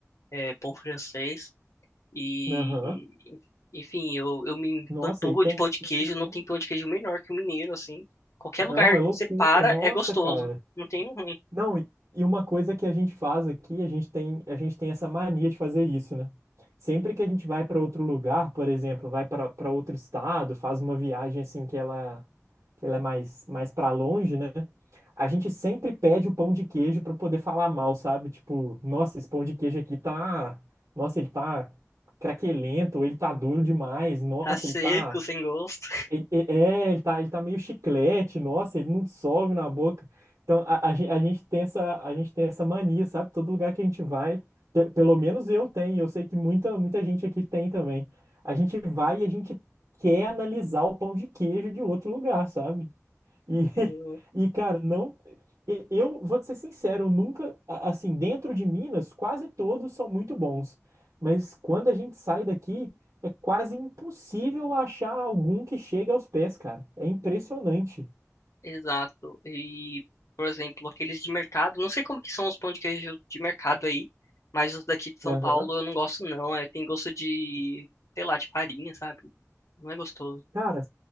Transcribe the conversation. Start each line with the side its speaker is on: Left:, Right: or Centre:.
Left: é, pão francês, e,
Right: aham.
Left: enfim, eu, eu me empanturro
Right: Nossa, e tem,
Left: de pão de queijo.
Right: e se
Left: Não
Right: tem?
Left: tem pão de queijo melhor que o mineiro, assim. Qualquer
Right: Não,
Left: lugar
Right: é
Left: que
Right: loucura.
Left: você para
Right: Nossa,
Left: é gostoso.
Right: cara.
Left: Não tem um ruim. <laughs>
Right: Não, e e uma coisa que a gente faz aqui, a gente tem, a gente tem essa mania de fazer isso, né? Sempre que a gente vai para outro lugar, por exemplo, vai para para outro estado, faz uma viagem assim que ela, que ela é mais, mais para longe, né? A gente sempre pede o pão de queijo para poder falar mal, sabe? Tipo, nossa, esse pão de queijo aqui tá, nossa, ele tá craquelento, ou ele tá duro demais, nossa,
Left: Tá seco,
Right: ele tá
Left: sem gosto. <laughs>
Right: ele, e- é, ele tá, ele tá meio chiclete, nossa, ele não dissolve na boca. Então, a, a, gen- a gente tem essa, a gente tem essa mania, sabe? Todo lugar que a gente vai, pe- pelo menos eu tenho, eu sei que muita, muita gente aqui tem também. A gente vai e a gente quer analisar o pão de queijo de outro lugar, sabe? E,
Left: Eu-
Right: <laughs> e cara, não. e- Eu vou te ser sincero, eu nunca. a- Assim, dentro de Minas, quase todos são muito bons. Mas quando a gente sai daqui, é quase impossível achar algum que chegue aos pés, cara. É impressionante.
Left: Exato. E, por exemplo, aqueles de mercado. Não sei como que são os pão de queijo de mercado aí. Mas os daqui de São
Right: Aham.
Left: Paulo eu não gosto, não. É, tem gosto de, sei lá, de farinha, sabe? Não é gostoso.
Right: Cara,